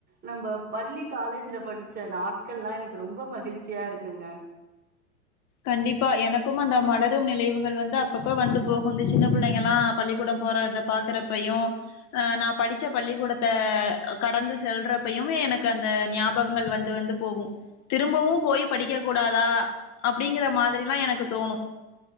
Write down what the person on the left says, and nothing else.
கண்டிப்பா எனக்கும் அந்த மலரும் நிலைவுகள் வந்து அப்பப்ப வந்து போகும் இந்த சின்ன புள்ளைங்கல்லா பள்ளிக்கூடம் போறத பாக்குறப்பையு அஹ் நா படிச்ச பள்ளிக்கூடத்த கடந்து செல்றப்பயும் எனக்கு அந்த நியாபகங்கள் வந்து வந்து போகும் திரும்பவும் போய் படிக்க கூடாதா அப்டிங்கற மாதிரில்லா எனக்கு தோணு